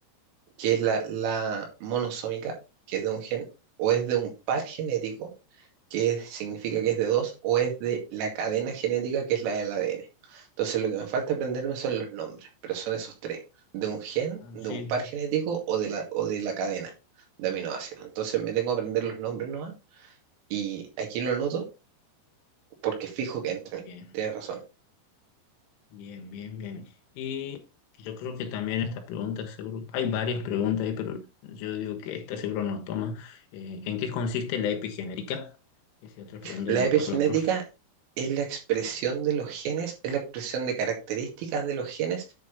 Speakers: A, on the right; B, on the left.
A: que es la, la monosómica, que es de un gen, o es de un par genético, que es- significa que es de dos, o es de la cadena genética, que es la del ADN. Entonces, lo que me falta aprenderme son los nombres, pero son esos tres, de un gen,
B: Ah,
A: de
B: sí.
A: un par genético o de la, o de la cadena de aminoácidos. Entonces, me tengo que aprender los nombres nomás, y aquí lo anoto porque fijo que entran.
B: Bien,
A: Tienes razón.
B: bien, bien, bien. Y yo creo que también esta pregunta, seguro, hay varias preguntas ahí, pero yo digo que esta seguro nos toma. Eh, ¿en qué consiste la epigenética? Esa es otra pregunta
A: La
B: que nos
A: epigenética
B: pasó la profe.
A: es la expresión de los genes, es la expresión de características de los genes